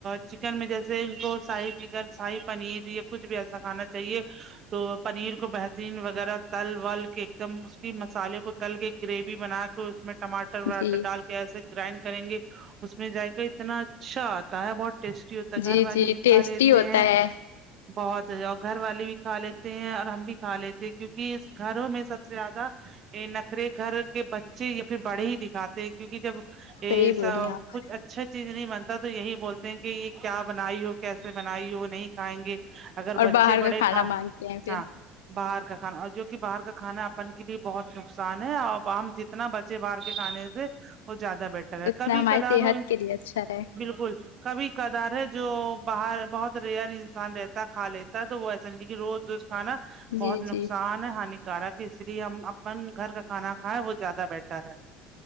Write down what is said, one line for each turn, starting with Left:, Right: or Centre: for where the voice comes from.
Right: چکن میں جیسے ان کو ساہی چکن ساہی پنیر بھی یا کچھ بھی ایسا کھانا چاہیے تو پنیر کو بہترین وغیرہ تل ول کے ایک دم اس کے؀مسالے کو تل کے گریوی بنا تو اس میں ٹماٹر وراٹر
Left: جی
Right: ڈال کے ایسے گرائنڈ کریں گے اس میں جیکا اتنا اچھا آتا ہے بہت ٹیسٹی ہوتا ہے
Left: جی
Right: گھر والے
Left: جی
Right: بھی کھا
Left: ٹیسٹی
Right: لیتے
Left: ہوتا
Right: ہیں
Left: ہے
Right: بہت ذیادہ اور گھر والے بھی کھا لیتے ہیں اور ہم بھی کھا لیتے ہیں کیونکہ اس گھروں میں سب سے زیادہ یہ نخرے گھر کے بچے یا پھر بڑے ہی دکھاتے ہیں کیونکہ جب یہ
Left: صحیح بول
Right: ساب
Left: رہی ہیں آپ
Right: کچھ اچھا چیز نہیں بنتا تو یہی بولتے ہیں کہ یہ کیا بنائی ہو کیسے بنائی وہ نہیں کھائیں گے اگر
Left: اور
Right: بچے
Left: باہر کا
Right: بڑے
Left: کھانا
Right: ہاں
Left: مانگتے ہیں پھر
Right: ہاں باہر کا کھانا جو کہ باہر کا کھانا اپن کے لیے بہت نقصان ہے ابام جتنا بچ بچے باہر کے کھانے سے وہ زیادہ بیٹر ہے
Left: اتنا
Right: کبھی
Left: ہماری
Right: کبھار
Left: صحت
Right: ہو
Left: کے لیے اچھا رہے
Right: بالکل کبھی کدھار ہے جو باہر بہت ریئر انسان رہتا کھا لیتا تو وہ ایسا نہیں تھا کہ روز روز کھانا بہت
Left: جی
Right: نقصان
Left: جی
Right: ہے ہانی کارک ہے اس لیے ہم اپن گھر کا کھانا کھائیں وہ زیادہ بیٹر ہے